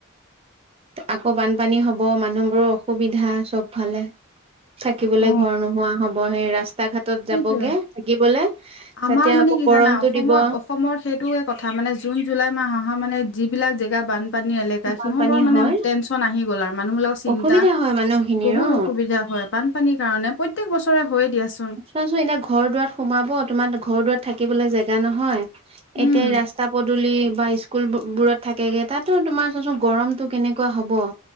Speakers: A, on the right; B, on the left.
A: আকৌ বানপানী হ'ব, মানুহবোৰৰ অসুবিধা চবফালে। থাকিবলৈ
B: অ
A: ঘৰ নোহোৱা হ'ব, সেই ৰাস্তা ঘাট তত
B: সেইটোয়ে
A: যাবগে থাকিবলে।
B: আমাৰ
A: তাতে আকৌ
B: মানে কি
A: গৰমটো
B: জানা অসমৰ
A: দিব।
B: অসমৰ সেইটোৱে কথা মানে, জুন, জুলাই মাহ অহা মানে যিবিলাক জেগা বান পানী এলেকা,
A: বানপানী
B: সিহঁতৰ মানে
A: হয়
B: টেনচন আহি গ'ল আৰু মানুহবিলাক চিন্তা।
A: অসুবিধা হয় মানুহখিনিৰ
B: বহুত
A: অ
B: অসুবিধা হয় বানপানীৰ কাৰণে প্ৰত্যেক বছৰে হৈয়ে দিয়াচোন।
A: চোৱাচোন এতিয়া ঘৰ দুৱাৰ সোমাব, তোমাৰ ঘৰ দুৱাৰত থাকিবলৈ জেগা নহয়। এতিয়া
B: উম
A: ৰাস্তা ৰাস্তা-পদূলি বা স্কুল বো বোৰত থাকেগে, তাতো তোমাৰ চোন গৰমতটো কেনেকুৱা হ'ব?